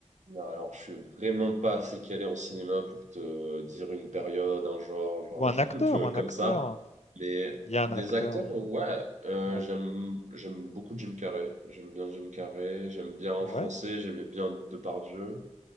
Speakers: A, on the right (about 80°); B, on the left (about 65°).
A: Non, alors je suis vraiment pas assez calé en cinéma pour te dire une période, un genre, genre,
B: Ou un
A: <laughs>
B: acteur,
A: un peu
B: ou un
A: comme
B: acteur?
A: ça. Mais
B: Il y a un
A: des
B: acteur,
A: acteurs,
B: heu,
A: ouais, euh,
B: ouais.
A: j'aime j'aime beaucoup Jim Carrey. J'aime bien Jim Carrey. J'aime bien en
B: Ouais.
A: français. J'aimais bien Depardieu.